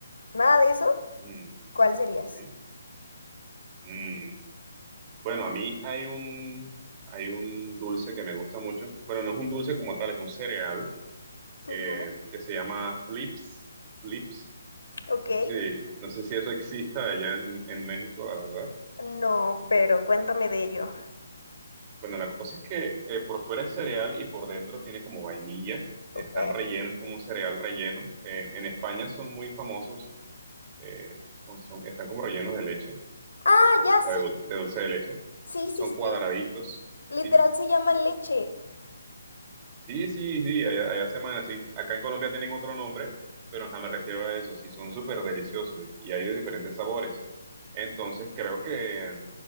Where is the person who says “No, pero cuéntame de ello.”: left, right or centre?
Left